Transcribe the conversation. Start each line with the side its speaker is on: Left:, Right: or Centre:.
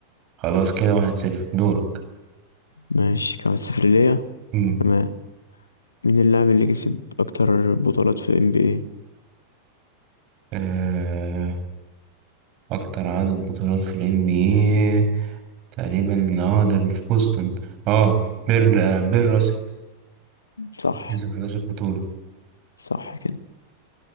Right: خلاص كده واحد صفر دورك
Left: ماشي كمان صفر ليا
Right: مم.
Left: تمام مين اللاعب اللي كسب اكتر بطولات في ال NBA
Right: آه، اكتر عدد بطولات في ال NBA تقريبا اه ده اللي في بوسطن اه بير آه بير راسل
Left: صح
Right: كسب 11 بطولة
Left: صح كده